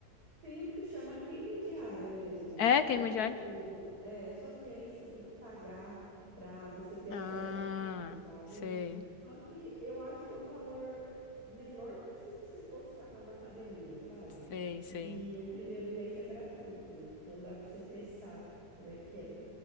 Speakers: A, on the right (about 60°); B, on the left (about 65°).
A: Tem um que chama queima diária mesmo.
B: É, queima
A: Tem
B: diária?
A: um, é, só que aí você tem que pagar para você ter
B: Ah,
A: acesso a tudo, sabe?
B: sei,
A: Só que eu acho que é um valor menor que se você fosse pagar uma academia, sabe?
B: sei, sei.
A: E o primeiro mês é gratuito, então dá para você testar como é que é,